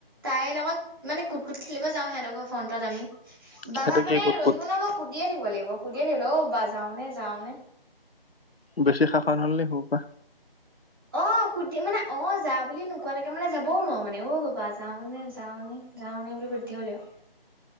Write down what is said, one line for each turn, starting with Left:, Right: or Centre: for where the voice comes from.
Right: তাইৰ লগত মানে কুট কুট খেলিব যাওঁ সিহঁতৰ ঘৰৰ ফ্ৰণ্টত আমি বাবা
Left: সেইটো
Right: মানে
Left: কি কুট
Right: ৰৈ
Left: কুট
Right: থাকিব নহয় মই সুধিয়ে থাকিব লাগিব, সুধিয়ে থাকিব লাগিব অ', বাবা যাওঁনে যাওঁনে?
Left: বেছি শাসন হ'লে সুৰুৰ পা।
Right: অ', সুধি মানে অ', যা বুলি নোকোৱালৈকে মানে যাবও নোৱাৰো মানে অ', বাবা যাওঁনে যাওঁনে? যাওঁ নে বুলি সুধি থাকিব লাগিব